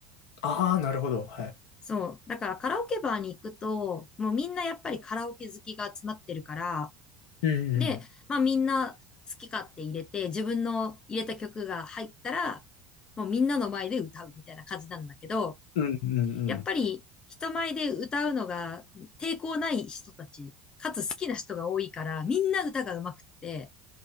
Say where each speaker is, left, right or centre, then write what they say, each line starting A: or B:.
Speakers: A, on the left; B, on the left.
A: ああ、なるほど。はい。
B: そう。だからカラオケバーに行くと、もうみんなやっぱりカラオケ好きが集まってるから、
A: うんうん。
B: で、まあみんな好き勝手入れて、自分の入れた曲が入ったら、もうみんなの前で歌うみたいな感じなんだけど、
A: うんうんうん。
B: やっぱり人前で歌うのが抵抗ない人たち、かつ好きな人が多いから、みんな歌が上手くって、